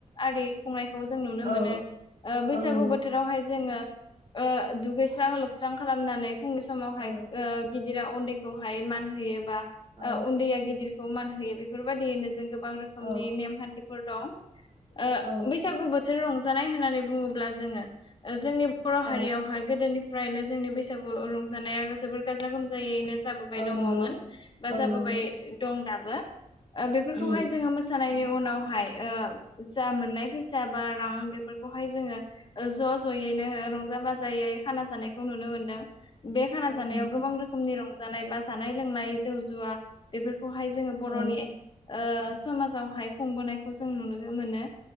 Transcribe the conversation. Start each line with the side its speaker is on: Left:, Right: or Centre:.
Left: आरि खुंनाय खौ जों नुनो
Right: औ
Left: मोनो ओ बैसागु
Right: औ नंगौ
Left: बोथोरावहाय जोङो ओ दुगैस्रां लोबस्रां खालामनानै फुंनि समावहाय
Right: औ
Left: ओ गिदिरा उन्दैखौहाय मान होयो बा
Right: औ
Left: उन्दैया गिदिरखौ मान होयो बेफोरबायदियैनो जों गोबां रोखोमनि
Right: औ
Left: नेमखान्थिफोर दं ओ
Right: औ
Left: बैसागु बो थोर रंजानाय होननानै बुङोब्ला जोङो ओ जोंनि बर'
Right: औ
Left: हारियावहाय गोदोनि फ्रायनो जोंनि बैसागु रंजानाया जोबोर गाजा गोमजायैनो जाबोबाय
Right: औ
Left: दङमोन।
Right: नंगौ
Left: बा
Right: औ
Left: जाबोबाय
Right: नंगौ
Left: दं दाबो बेफोरखौहाय
Right: उम
Left: जोङो मो होनायनि उनावहाय ओ जा मोननाय फैसा बा रां बेफोरखौहाय जोङो ज' ज' ज'यैनो रंजा बाजायै खाना जानायखौ नुनो मोनदों बे खाना
Right: औ
Left: जानायाव
Right: नंगौ
Left: गोबां रोखोमनि रंजानाय बा जानाय लोंनाय जौ जुवा बेफोर खौहाय जोङो बर'नि
Right: औ
Left: समाजावहाय खुंबोनायखौ जों नुनो मोनो।